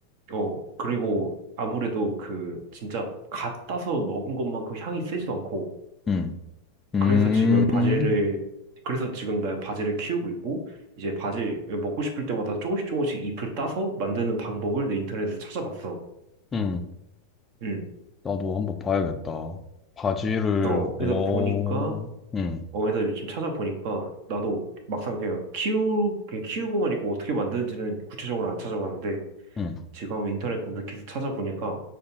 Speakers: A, on the right; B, on the left.
A: 어 그리고 아무래도 그 진짜 갓 따서 먹은 것만큼 향이 세지도 않고
B: 응, 음,
A: 그래서 지금 바지를 그래서 지금 나 바지를 키우고 있고 이제 바지 먹고 싶을 때마다 조금씩 조금씩 잎을 따서 만드는 방법을 내 인터넷에서 찾아봤어.
B: 응.
A: 응.
B: 나도 한번 봐야겠다. 바지를,
A: 어, 그래서
B: 오,
A: 보니까
B: 응,
A: 어, 그래서 지금 찾아보니까 나도 막상 그냥 키우 그냥 키우고만 있고 어떻게 만드는지는 구체적으로 안 찾아봤는데
B: 응,
A: 지금 인터넷 검색해서 찾아보니까